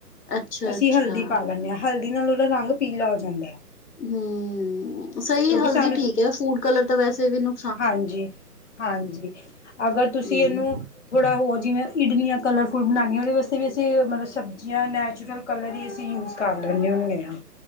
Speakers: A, on the left; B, on the left.
A: ਅੱਛਾ-ਅੱਛਾ,
B: ਅਸੀਂ ਹਲਦੀ ਪਾ ਲੈਂਣੇ ਆ। ਹਲਦੀ ਨਾਲ ਓਦਾ ਰੰਗ ਪੀਲਾ ਓ ਜਾਂਦਾ।
A: ਨਈ---ਸ‌ਈ
B: ਕਿਉਂਕਿ
A: ਹਲਦੀ
B: ਸਾਨੂੰ
A: ਠੀਕ ਐ, ਫੂਡ ਕਲਰ ਤਾਂ ਵੈਸੇ ਵੀ ਏਨੂੰ,
B: ਹਾਂਜੀ -ਹਾਂਜੀ ਅਗਰ ਤੁਸੀਂ
A: ਹੂੰ।
B: ਏਨੂੰ- ਥੋੜ੍ਹਾ ਹੋਰ ਜਿਵੇਂ ਇਡਲੀਆਂ ਕਲਰਫੁਲ ਬਣਾਣੀਆ, ਓਦੇ ਵਸਤੇ ਵੀ ਅਸੀਂ ਮਤਲਬ ਸਬਜ਼ੀਆਂ ਨੈਚੁਰਲ, ਕਲਰ ਈ ਅਸੀਂ ਯੂਜ ਕਰ ਲੈਂਣੇ ਹੁੰਨੇ ਆਂ।